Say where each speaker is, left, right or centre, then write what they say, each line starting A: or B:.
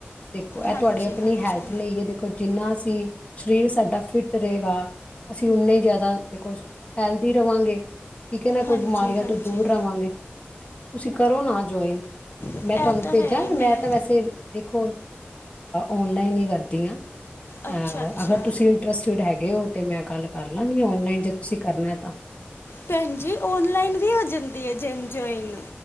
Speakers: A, on the left; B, on the left.
A: ਦੇਖੋ ਇਹ
B: ਹਾਂਜੀ
A: ਤੁਹਾਡੇ ਆਪਣੀ
B: ਹਾਂਜੀ
A: ਹੈਲਥ ਲਈ ਐ। ਦੇਖੋ ਜਿੰਨਾ ਅਸੀ ਸਰੀਰ ਸਾਡਾ ਫਿੱਟ ਰਹੇਗਾ। ਅਸੀਂ ਉਨੇ ਹੀ ਜ਼ਿਆਦਾ ਦੇਖੋ ਹੈਲਦੀ ਰਹਾਂਗੇ ਠੀਕ ਹੈ ਨਾ। ਕੋਈ
B: ਹਾਂਜੀ
A: ਬਿਮਾਰੀਆਂ
B: ਹਾਂਜੀ
A: ਤੋਂ ਦੂਰ ਰਹਾਂਗੇ। ਤੁਸੀਂ ਕਰੋ ਨਾ ਜੁਆਇਨ
B: ਇਹ
A: ਮੈਂ ਤੁਹਾਨੂੰ
B: ਤਾਂ
A: ਭੇਜਾਂ
B: ਹੈ ਹੀ ਨਹੀਂ
A: ਮੈਂ ਤਾਂ ਵੈਸੇ। ਦੇਖੋ ਔਨਲਾਈਨ ਹੀ ਕਰਦੀ ਹ
B: ਅੱਛਾ
A: ਅਹ
B: ਅੱਛਾ
A: ਅਗਰ ਤੁਸੀਂ ਇੰਟਰਸਟਡ ਹੈਗੇ ਉਹ ਤੇ ਮੈਂ ਗੱਲ ਕਰ ਲਾਂਗੀ। ਔਨਲਾਈਨ ਜੇ ਤੁਸੀਂ ਕਰਨਾ ਤਾਂ।
B: ਭੈਣ ਜੀ ਔਨਲਾਈਨ ਵੀ ਆ ਜਾਂਦੀ ਹੈ ਜਿਮ ਜਆਇਨ।